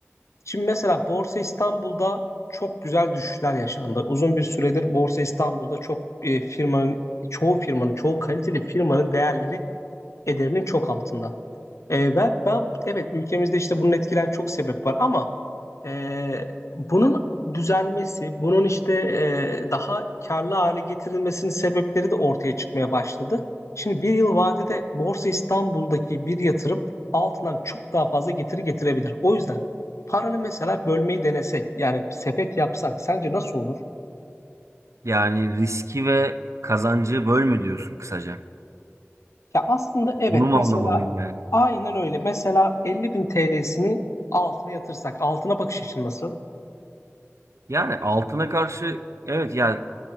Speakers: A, on the left; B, on the right.
A: şimdi mesela Borsa İstanbul'da çok güzel düşüşler yaşandı. Uzun bir süredir Borsa İstanbul'da çok e, firmanın çoğu firmanın çoğu kaliteli firmanın değerleri ederinin çok altında. E, ben, ben evet ülkemizde işte bunun etkilen çok sebep var ama ee, bunun düzelmesi, bunun işte e, daha karlı hale getirilmesinin sebepleri de ortaya çıkmaya başladı. Şimdi bir yıl vadede Borsa İstanbul'daki bir yatırım altından çok daha fazla getiri getirebilir. O yüzden paranı mesela bölmeyi denesek, yani sepet yapsak sence nasıl olur?
B: Yani riski ve kazancı böl mü diyorsun kısaca?
A: Ya aslında evet
B: Bunu mu
A: mesela
B: anlamalıyım yani?
A: aynen öyle. Mesela 50 bin TL'sini altına yatırsak altına bakış açın nasıl?
B: Yani altına karşı evet yani